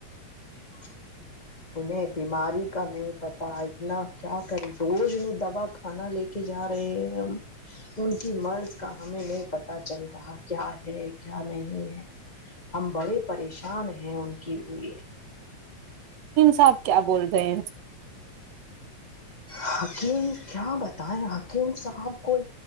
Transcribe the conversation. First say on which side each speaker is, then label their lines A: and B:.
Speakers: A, on the left; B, on the right.
A: <inaudible> انہیں بیماری کا نہیں پتا اتنا کیا کرے روز انہیں دوا کھانا لے کے جا رہے ہیں ہم ان کی مرض کا ہمیں نہیں پتا چل رہا کیا ہے کیا نہیں ہے ہم بڑے پریشان ہیں ان کے لیے
B: صاحب کیا بول رہے ہیں
A: حکیم کیا بتائے حکیم صاحب کوئی